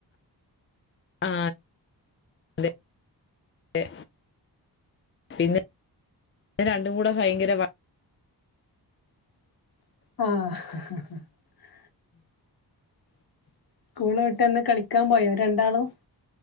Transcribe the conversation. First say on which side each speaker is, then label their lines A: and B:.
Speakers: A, on the left; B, on the left.
A: ആ അതെ അതെ പിന്നെ പിന്നെ രണ്ടും കൂടെ ഭയങ്കര വാ-
B: ആഹ് സ്കൂൾ വിട്ടു വന്ന കളിക്കാൻ പോയോ രണ്ടാളും